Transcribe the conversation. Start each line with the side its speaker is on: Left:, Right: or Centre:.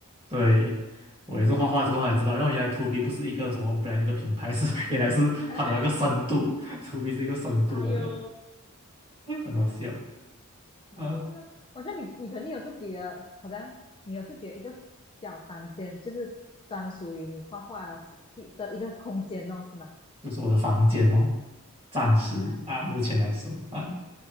Right: 对，我也是画画之后才知道，因为原来 To B 不是一个什么 brand 一个品牌，是原来是它的那个深度，To
Left: <laughs>
Right: B 是一个深度罢了，
Left: 哎呦，
Right: 很好笑。
Left: 哇！
Right: 嗯，
Left: 我觉得你你肯定有自己的，好像你有自己的一个小房间，就是专属于你画画的的一个空间哦，是吗？
Right: 就是我的房间哦，暂时啊，
Left: 啊，
Right: 目前来说啊，